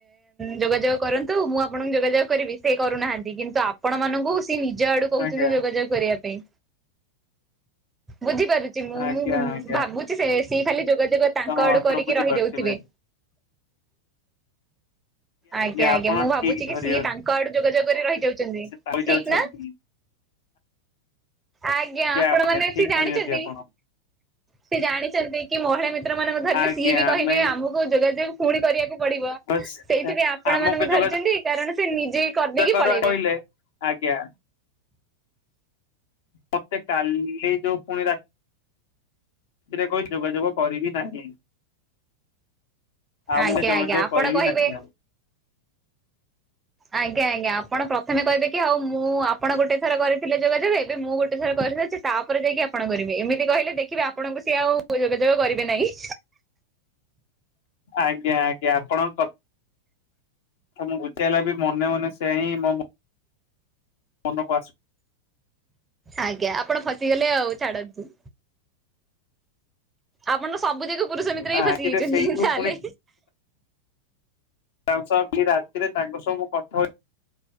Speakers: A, on the right (about 15°); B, on the left (about 55°).
A: ଯୋଗାଯୋଗ କରନ୍ତୁ, ମୁଁ ଆପଣଙ୍କୁ ଯୋଗାଯୋଗ କରିବି, ସେଇ କରୁନାହାନ୍ତି କିନ୍ତୁ ଆପଣ ମାନଙ୍କୁ ସିଏ ନିଜ ଆଡୁ କହୁଛନ୍ତି
B: ଆଜ୍ଞା
A: ଯୋଗାଯୋଗ କରିବା ପାଇଁ, ବୁଝିପାରୁଛି ମୁଁ
B: ଆଜ୍ଞା
A: ମୁଁ ଉଁ
B: ଆଜ୍ଞା
A: ଭାବୁ ସି ସେ ସିଏ ଖାଲି ଯୋଗାଯୋଗ ତାଙ୍କ
B: ତ
A: ଆଡୁ
B: ଆପଣ
A: କରିକି
B: ବୁଝିପାରୁଥିବେ
A: ରହିଯାଉଥିବେ। ଆଜ୍ଞା
B: ଆପଣ
A: ଆଜ୍ଞା ମୁଁ ଭାବୁଛି
B: ଠିକ
A: କି,
B: ଧରି
A: ସିଏ ତାଙ୍କ ଆଡୁ ଯୋଗାଯୋଗ କରି ରହିଯାଉଛନ୍ତି
B: ସେ ରହିଯାଉଛନ୍ତି
A: ଠିକ ନାଁ। ଆଜ୍ଞା ଆପଣ
B: ଆଜ୍ଞା
A: ମାନେ
B: ଠିକ
A: ସେ ଜାଣିଛନ୍ତି,
B: ଧରିଛନ୍ତି ଆପଣ
A: ସେ ଜାଣିଛନ୍ତି କି ମହିଳା ମି ଆପଣ ମାନଙ୍କୁ ଧରିରେ
B: ଆଜ୍ଞା
A: ସିଏ ବି କହିବେ
B: ଆମେ
A: ଆମକୁ। ଯୋଗାଯୋଗ ପୁଣି କରିବାକୁ ପଡିବ
B: ବସ୍
A: ସେଇଥିପାଇଁ ଆପଣ
B: ଆମକୁ
A: ମାନଙ୍କୁ ଧରିଛନ୍ତି
B: ଯୋଗା
A: କାରଣ ସେ ନିଜେ କରିଦେଇକି
B: କର
A: ପଳେଇବେ।
B: କହିଲେ, ଆଜ୍ଞା। ମତେ କାଲି ଯୋଉ ପୁଣି ରା ଏଥିରେ କହି ଯୋଗାଯୋଗ କରିବି ନାହିଁ। ଆଉ
A: ଆଜ୍ଞା
B: ମୁଁ ଏ ଯୋଗା
A: ଆଜ୍ଞା
B: ଯୋଗ
A: ଆପଣ
B: କରିବି
A: କହିବେ
B: ନାହିଁ ଆଉ।
A: ଆଜ୍ଞା ଆଜ୍ଞା ଆପଣ ପ୍ରଥମେ କହିବେ କି ଆଉ ମୁଁ ଆପଣ ଗୋଟେ ଥର କରିଥିଲେ ଯୋଗାଯୋଗ ଏବେ ଏବେ ମୁଁ ଗୋଟେ ଥର କରିଦେଇଛି। ତାପରେ ଯାଇକି ଆପଣ କରିବେ, ଏମିତି କହିଲେ ଦେଖିବେ ଆପଣଙ୍କୁ ସିଏ ଆଉ ଯୋଗାଯୋଗ କରିବେ ନାହିଁ।
B: ଆଜ୍ଞା ଆଜ୍ଞା ଆପଣ କ ମୁଁ ବୁଝାଇଲା ବି ମନେ ମନେ ସେହି ହାଁ ମୋ ମନ ମନକୁ ଆସୁ,
A: ଆଜ୍ଞା ଆପଣ ଫସିଗଲେ ଆଉ ଛାଡନ୍ତୁ। ଆପଣ ତ ସବୁ ଯାକ ପୁରୁଷ ମିତ୍ର ହିଁ
B: ରାତିରେ
A: ଫସିଯାଇଛନ୍ତି
B: ସେଇଠୁ
A: ତାହେଲେ।
B: ପୁଣି ତାଙ୍କ ସହ କି ରାତିରେ ତାଙ୍କ ସହ ମୁଁ କଥା ହ